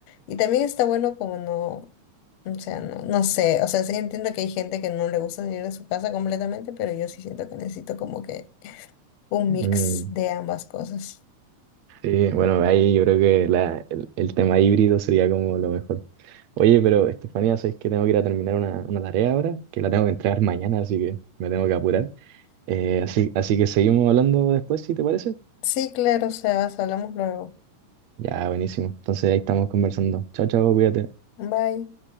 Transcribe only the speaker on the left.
Y también está bueno como no, o sea, no, no sé, o sea, sí entiendo que hay gente que no le gusta salir de su casa completamente, pero yo sí siento que necesito como que un
mix de ambas cosas.
Sí, claro, Sebas, hablamos luego.
Bye.